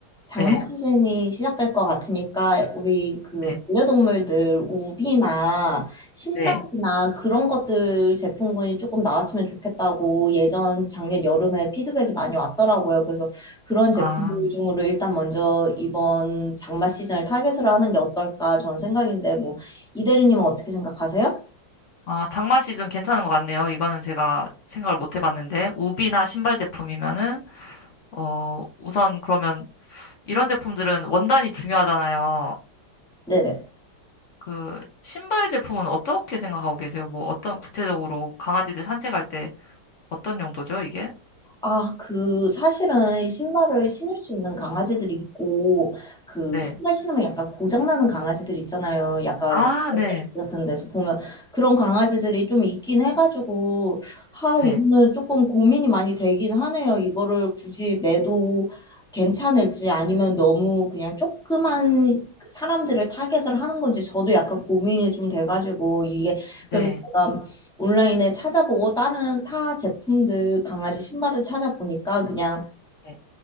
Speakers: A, in the centre; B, on the left (about 70°).
A: 장마
B: 네,
A: 시즌이 시작될 것 같으니까 우리 그
B: 네,
A: 반려동물들 우비나 신발이나
B: 네.
A: 그런 것들 제품군이 조금 나왔으면 좋겠다고 예전 작년 여름에 피드백이 많이 왔더라고요. 그래서 그런 제품들
B: 아,
A: 중으로 일단 먼저 이번 장마 시즌을 타겟으로 하는 게 어떨까 전 생각인데 뭐 이 대리님은 어떻게 생각하세요?
B: 아, 장마 시즌 괜찮은 것 같네요. 이거는 제가 생각을 못 해봤는데 우비나 신발 제품이면은 어 우선 그러면 이런 제품들은 원단이 중요하잖아요.
A: 네네.
B: 그 신발 제품은 어떻게 생각하고 계세요? 뭐 어떤 구체적으로 강아지들 산책할 때 어떤 용도죠, 이게?
A: 아, 그, 사실은 신발을 신을 수 있는 강아지들이 있고, 그,
B: 네.
A: 신발 신으면 약간 고장나는 강아지들 있잖아요. 약간
B: 아,
A: SNS
B: 네.
A: 같은 데서 보면. 그런 강아지들이 좀 있긴 해가지고, 하, 이거는
B: 네.
A: 조금 고민이 많이 되긴 하네요. 이거를 굳이 내도 괜찮을지 아니면 너무 그냥 조그만 사람들을 타겟을 하는 건지 저도 약간 고민이 좀 돼가지고, 이게, 그래서
B: 네.
A: 제가 온라인에 찾아보고 다른 타 제품들 강아지 신발을 찾아보니까 그냥
B: 네.